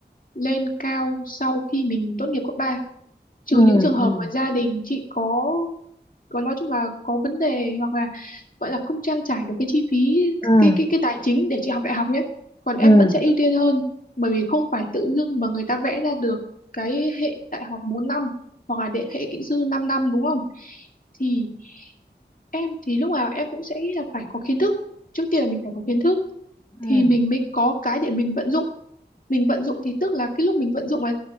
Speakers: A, on the left (about 50°); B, on the left (about 25°).
A: lên cao sau khi mình tốt nghiệp cấp ba trừ
B: ừ
A: những trường hợp mà gia đình chị có còn nói chung là có vấn đề hoặc là gọi là không trang trải được cái chi phí
B: ừ
A: cái cái cái tài chính để chị học đại học nhé còn em
B: ừ
A: vẫn sẽ ưu tiên hơn bởi vì không phải tự dưng mà người ta vẽ ra được cái hệ đại học bốn năm hoặc là đệ hệ kỹ sư 5 năm đúng không thì em thì lúc nào em cũng sẽ nghĩ là phải có kiến thức trước tiên là mình phải có kiến thức
B: ừ
A: thì mình mới có cái để mình vận dụng mình vận dụng thì tức là cái lúc mình vận dụng là